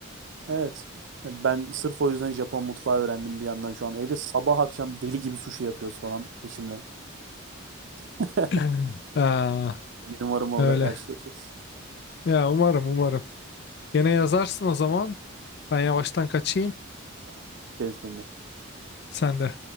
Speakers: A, on the right; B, on the left.
A: Evet. Ben sırf o yüzden Japon mutfağı öğrendim bir yandan şu an. Evde sabah akşam deli gibi sushi yapıyoruz falan eşimle. <laughs>
B: <laughs> Aa,
A: Bir gün umarım orada
B: öyle.
A: karşılaşırız.
B: Ya umarım umarım. Gene yazarsın o zaman. Ben yavaştan kaçayım.
A: Tamam. Dikkat et kendine.
B: Sen de.